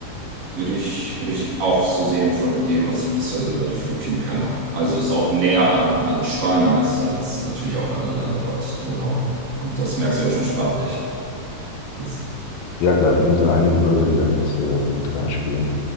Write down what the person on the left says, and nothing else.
Ja, klar, da sind da einige Wörter, die da mit, äh, mit reinspielen.